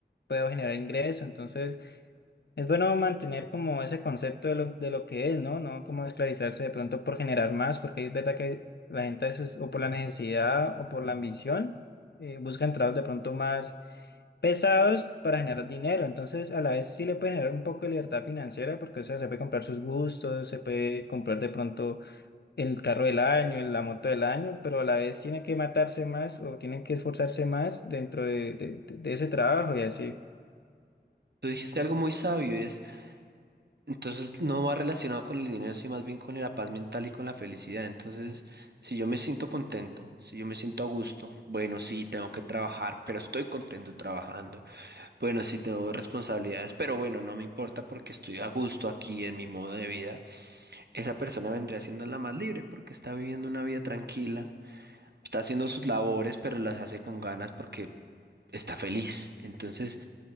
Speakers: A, on the left; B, on the right.
A: puedo generar ingreso. Entonces, es bueno mantener como ese concepto de lo, de lo que es, ¿no? No como esclavizarse de pronto por generar más, porque es verdad que la gente a veces, o por la necesidad o por la ambición, eh, buscan trabajos de pronto más pesados para generar dinero. Entonces, a la vez sí le puede generar un poco de libertad financiera, porque, o sea, se puede comprar sus gustos, se puede comprar de pronto el carro del año, la moto del año, pero a la vez tiene que matarse más o tienen que esforzarse más dentro de, de de- de ese trabajo y así.
B: Tú dijiste algo muy sabio, es, entonces no va relacionado con el dinero, sino más bien con la paz mental y con la felicidad. Entonces, si yo me siento contento, si yo me siento a gusto, bueno, sí, tengo que trabajar, pero estoy contento trabajando. Bueno, sí tengo responsabilidades, pero bueno, no me importa porque estoy a gusto aquí en mi modo de vida. Esa persona vendría siendo la más libre porque está viviendo una vida tranquila, está haciendo sus labores, pero las hace con ganas porque está feliz. Entonces,